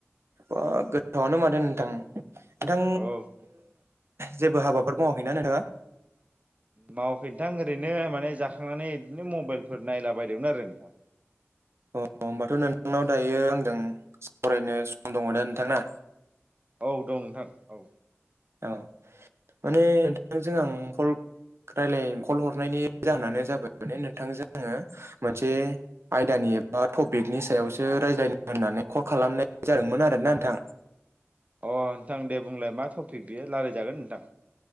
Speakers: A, on the right; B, on the right.
A: ओ गोथावआनो माथो नोंथां।
B: औ।
A: नोंथां जेबो हाबाफोर मावाखैना नोंथाङा?
B: मावाखै नोंथां ओरैनो माने जाखांनानै बिदिनो मबाइलफोर नायला बायदोंमोन आरो नोंथां
A: <inaudible> अ होमबाथ' नोंथांनाव दायो आंजों सावरायनो सम दङ दा नोंथाङा?
B: औ दं नोंथां औ।
A: औ माने नोंथांजों आं कल रायलाय कल हरनायनि जाहोनानो जाबाय माने नोंथां जोङो मोनसे आयदानि एबा टपिकनि सायावसो रायज्लायनो होननानै कल खालामनाय जादोंमोन आरोना नोंथां।
B: अ नोंथां दे बुंलाय मा टपिक बेयो रायलायजागोन नोंथां।